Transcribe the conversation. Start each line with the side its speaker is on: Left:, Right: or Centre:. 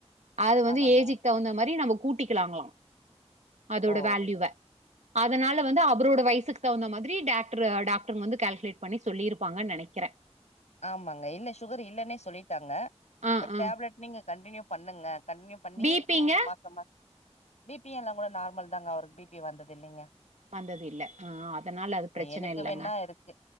Right: அது வந்து
Left: ஆமாங்க
Right: ஏஜிக் தகுந்த மாரி நம்ம கூட்டிக்கலாங்ளா அதோட
Left: ஓ
Right: வேல்யூவ அதனால வந்து அவரோட வயசுக்கு தகுந்த மாதிரி டாக் ரு டாக்ட்ருங்க வந்து கால்குலேட் பண்ணி சொல்லிருப்பாங்கன் நெனைக்கிறே
Left: ஆமாங்க இல்ல சுகர் இல்லன்னே சொல்லிட்டாங்க
Right: ஆ
Left: பட்
Right: ஆ
Left: டேப்லெட் நீங்க கண்டினியூ பண்ணுங்க கண்டினியூ பண்ணி
Right: பி பிங்க
Left: மாச மாச பி பி எல்லா கூட நார்மல் தாங்க அவருக்கு பி பி வந்தது இல்லிங்க
Right: வந்தது இல்ல அ அதனால அது பிரச்சன
Left: எனக்கு
Right: இல்லங்க
Left: வேணா இருக்கு